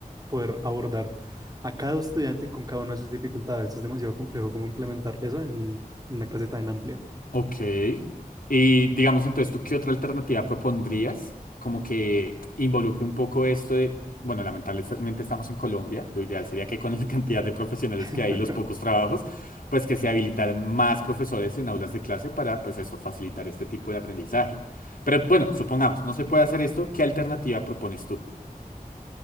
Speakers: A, on the right; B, on the left.
A: poder abordar a cada estudiante con cada una de sus dificultades. Es demasiado complejo cómo implementar eso en en una clase tan amplia.
B: Ok. Y digamos entonces, ¿tú qué otra alternativa propondrías? Como que involucre un poco esto de, bueno, lamentablemente estamos en Colombia, lo ideal sería que con la <laughs> cantidad de profesionales
A: <laughs>
B: que hay y los pocos trabajos, pues que se habilitaran más profesores en aulas de clase para, pues esto, facilitar este tipo de aprendizaje. Pero bueno, supongamos, no se puede hacer esto, ¿qué alternativa propones tú?